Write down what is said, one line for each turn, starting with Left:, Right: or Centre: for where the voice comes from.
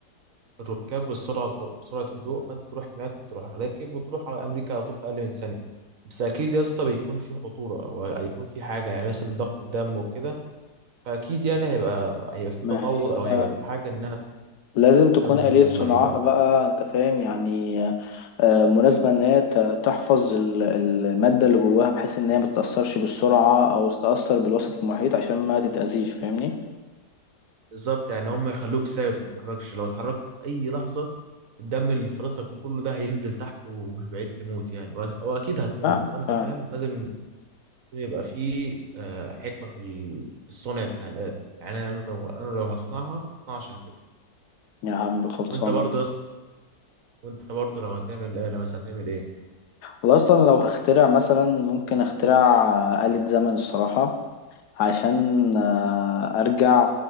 Right: الركاب بالسرعه بسرعه الضوء فانت تروح هناك وتروح راكب وتروح على امريكا على طول في اقل من ثانيه بس اكيد يا اسطى بيكون في خطوره او هيكون في حاجه يعني مثلا ضغط الدم وكده فاكيد يعني هيبقى هيبقى في
Left: ما
Right: تطور
Left: هي
Right: او هيبقى في حاجه انها
Left: لازم تكون
Right: تهتم
Left: آلية
Right: لما
Left: صنعها
Right: يبقى في-
Left: بقى انت فاهم يعني آه، مناسبة ان هي ت- تحفظ ال- المادة اللي جواها بحيث ان هي ما تتأثرش بالسرعة او تتأثر بالوسط المحيط عشان ما تتأذيش فاهمني
Right: بالظبط يعني هم يخلوك ثابت ما تتحركش لو اتحركت في اي لحظه الدم اللي في فرطك وكله ده هينزل تحت ومش بعيد تموت يعني وأ- واكيد هتموت
Left: فعلا
Right: فانت
Left: فعلا
Right: فاهم لازم يبقى في آه، حكمه في ال- في الصنع بتاع الآلة يعني انا لو انا لو هصنعها هصنعها عشان كده
Left: يا عم خلصانة
Right: وانت برضه يا اسطى وانت برضه لو هتعمل آلة مثلا هتعمل ايه
Left: والله اصلا لو هخترع مثلا ممكن اخترع آه، آلة زمن الصراحة عشان آه، ارجع